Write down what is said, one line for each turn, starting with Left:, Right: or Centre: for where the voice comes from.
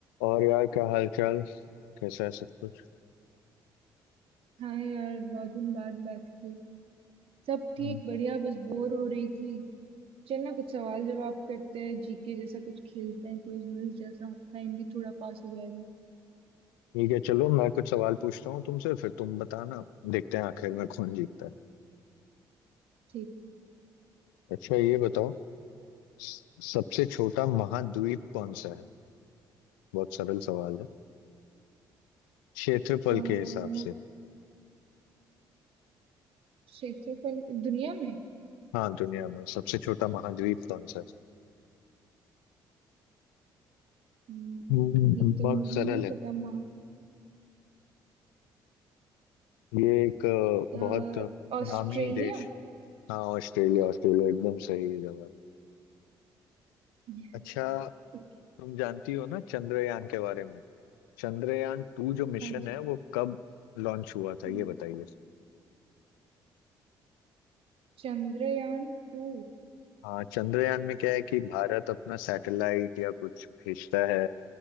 Left: और यार क्या हाल चाल कैसा है सब कुछ
Right: हाँ यार बहुत दिन बाद बात की सब ठीक
Left: हम्म।
Right: बढ़िया बस बोर हो रही थी चल ना कुछ सवाल जवाब करते हैं जीके जैसा कुछ खेलते हैं क्विज विज जैसा टाइम भी थोड़ा पास हो जाएगा
Left: ठीक है चलो मैं कुछ सवाल पूछता हूँ तुमसे फिर तुम बताना देखते हैं आखिर में कौन जीतता है
Right: ठीक
Left: अच्छा ये बताओ स- सबसे छोटा महाद्वीप कौन सा है बहुत सरल सवाल है क्षेत्रफल
Right: अह,
Left: के हिसाब से
Right: क्षेत्रफल दुनिया में
Left: हाँ दुनिया में सबसे छोटा महाद्वीप कौन सा है
Right: हम्म,
Left: हम्म,
Right: ये तो
Left: बहुत
Right: मुझे
Left: सरल
Right: नहीं
Left: है
Right: पता महा
Left: ये एक अ,
Right: अह,
Left: बहुत
Right: ऑस्ट्रेलिया
Left: नामी देश हाँ ऑस्ट्रेलिया ऑस्ट्रेलिया एकदम सही जवाब
Right: ठीक
Left: अच्छा
Right: है
Left: तुम जानती हो ना चंद्रयान के बारे में चंद्रयान टू जो मिशन
Right: हाँ जी
Left: है वो कब लॉन्च हुआ था
Right: हम्म,
Left: ये बताइए
Right: चंद्रयान टू
Left: हाँ चंद्रयान में क्या है कि भारत अपना सैटेलाइट या कुछ भेजता है